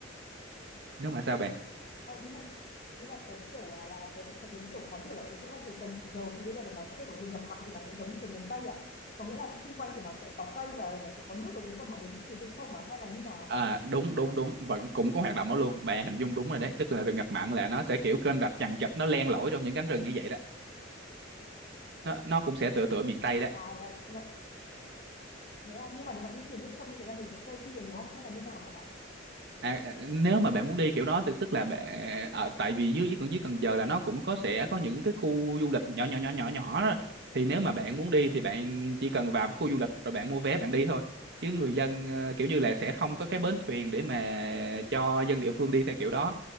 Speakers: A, on the right; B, on the left.
A: nếu mà sao bạn
B: ờ, nhưng mà nhưng mà tớ kiểu à, là tớ, tớ thấy kiểu khó hiểu là ở chỗ là kiểu Cần Giờ thì bây giờ là nó sẽ để có rừng ngập mặn thì nó sẽ giống như kiểu miền Tây à? Có nghĩa là xung quanh thì nó sẽ có cây và nó sẽ có nước ở giữa và mọi người đi thuyền trên sông à? Hay là như nào?
A: à đúng đúng đúng vẫn cũng có hoạt động đó luôn bạn hình dung đúng rồi đấy tức là rừng ngập mặn là nó sẽ kiểu kênh rạch chằng chịt nó len lỏi trong những cánh rừng như vậy đó nó nó cũng sẽ tựa tựa miền Tây đó
B: À là, là, thế à, nhưng mà nếu mà đi thuyền trên sông như thế là mình phải thuê thuyền đúng không? Hay là như nào hả bạn?
A: À, à, nếu mà bạn muốn đi kiểu đó thì tức là bạn ở tại vì dưới dưới Cần dưới Cần Giờ là nó cũng có sẽ có những cái khu du lịch nhỏ nhỏ nhỏ nhỏ nhỏ đó. Thì nếu mà bạn muốn đi thì bạn chỉ cần vào cái khu du lịch rồi bạn mua vé bạn đi thôi chứ người dân ờ, kiểu như là sẽ không có cái bến thuyền để mà cho dân địa phương đi theo kiểu đó